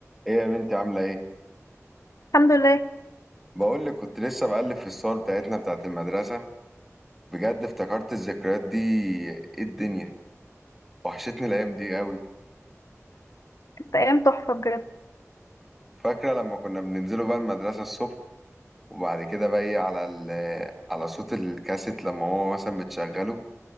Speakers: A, in the centre; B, on the left.
A: ايه يا بنتي عاملة ايه؟
B: الحمد لله
A: بقول لك كنت لسه بقلب في الصور بتاعتنا بتاعت المدرسة بجد افتكرت الذكريات دي ايه الدنيا وحشتني الأيام دي قوي
B: كانت ايام تحفه بجد
A: فاكرة لما كنا بننزلوا بقى المدرسة الصبح وبعد كده بقى ايه على ال على صوت الكاسيت لما هو مثلا بتشغله